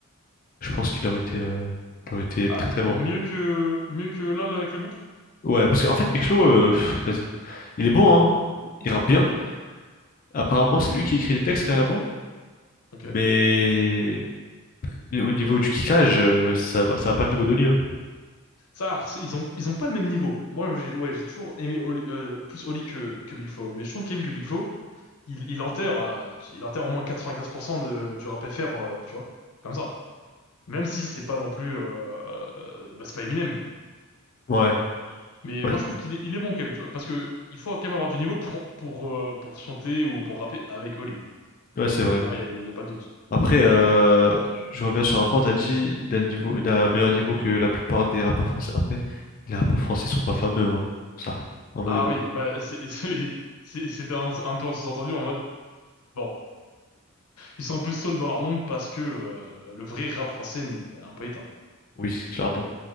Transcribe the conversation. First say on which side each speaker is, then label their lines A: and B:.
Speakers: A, on the left; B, on the left.
A: je pense qu'il aurait été, euh, il aurait été
B: Ah,
A: très très loin.
B: mieux que, mieux que là, là, avec le groupe?
A: Ouais, parce qu'en fait, Big Flo, euh, pff, vas-y. Il est bon, hein. Il rappe bien. Apparemment, c'est lui qui écrit les textes carrément.
B: Ok.
A: Mais, mais au niveau du kickage, euh, ça va, ça va pas le niveau d'Oli, hein.
B: Ça, alors, c'est- ils ont, ils ont pas le même niveau. Moi, j'ai, ouais, j'ai toujours aimé Oli- euh, plus Oli que, que Big Flo, mais je trouve quand même que Big Flo, il, il enterre, euh, il enterre au moins 95% de, du rap FR, euh, tu vois, comme ça. Même si c'est pas non plus, euh, euh, bah, c'est pas Eminem.
A: Ouais,
B: Mais
A: ouais,
B: moi je trouve qu'il est, il est bon quand même, tu vois, parce que il faut quand même avoir du niveau pour pour euh, pour chanter ou pour rapper avec Oli.
A: ouais, c'est vrai.
B: Bon, il y, a il y a pas de doute.
A: Après, euh, je reviens sur un point, t'as dit, il a le niveau, il a un meilleur niveau que la plupart des rappeurs français. Après, les rappeurs français sont pas fameux, hein, ça, en mode
B: Ah
A: vrai.
B: oui, bah c'est <laughs> c'est c'est- c'était un, un peu en sous-entendu en mode bon, ils sont un peu seuls dans leur monde parce que euh, le vrai rap français est un peu éteint.
A: Oui, clairement.